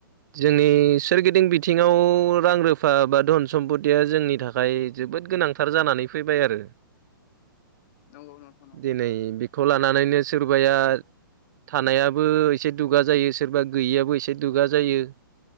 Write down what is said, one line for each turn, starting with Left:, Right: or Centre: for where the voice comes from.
Right: जोंनि सोरगिदिं बिथिङाव रां रुफा बा धन सम्पतिया जोंनि थाखाय ओमफाय जोबोद गोनांथार जानानै फैबाय आरो
Left: <inaudible> नंगौ नोंथां नंगौ
Right: दिनै
Left: औ
Right: बेखौ लानानैनो सोरबाया थानायाबो एसे दुगा जायो सोरबा गैयियाबो एसे दुगा जायो।